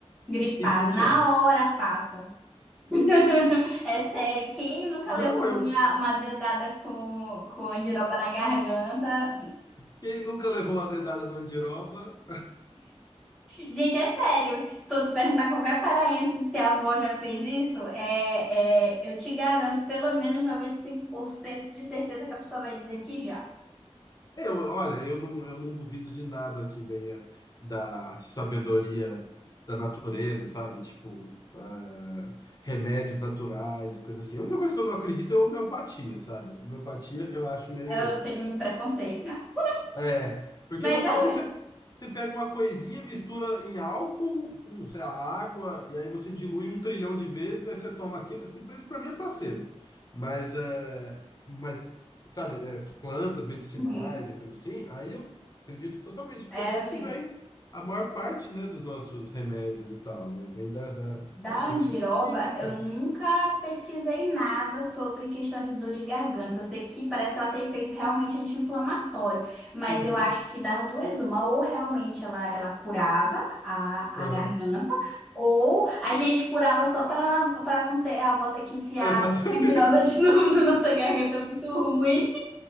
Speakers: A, in the centre; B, on the left.
A: gripado.
B: E funciona.
A: Na hora passa. <laughs> É sério, quem nunca
B: Não,
A: levou
B: eu.
A: uma, uma dedada com, com andiroba na garganta
B: Quem nunca levou uma dedada no andiroba?
A: Gente, é sério. Tô tu perguntar a qualquer paraense se a avó já fez isso, é, é, eu te garanto pelo menos 95% de certeza que a pessoa vai dizer que já.
B: Eu, olha, eu não, eu não duvido de nada que venha da sabedoria da natureza, sabe? Tipo, ah, remédios naturais e coisa assim. A única coisa que eu não acredito é homeopatia, sabe? Homeopatia eu acho meio.
A: Eu tenho um preconceito. <laughs>
B: É, porque
A: Mas
B: homeopatia
A: é.
B: você, você pega uma coisinha, mistura em álcool com, sei lá, água, e aí você dilui um trilhão de vezes, aí você toma aquilo. aquilo- Isso pra mim é placebo. Mas, é, mas sabe, é, plantas medicinais
A: Uhum.
B: e coisa assim, aí eu acredito totalmente, porque
A: É,
B: é daí
A: amigo.
B: que vem a maior parte, né, dos nossos remédios e tal, né? Vem da, da-
A: Da
B: desse
A: andiroba,
B: tipo de química.
A: eu nunca pesquisei nada sobre questão de dor de garganta. Eu sei que parece que ela tem efeito realmente anti-inflamatório, mas
B: Uhum,
A: eu acho que das duas, uma, ou realmente ela, ela curava a,
B: aham.
A: a garganta, ou a gente curava só para para não ter a avó ter que enfiar
B: Exatamente.
A: a andiroba de <laughs> novo na nossa garganta, é muito ruim,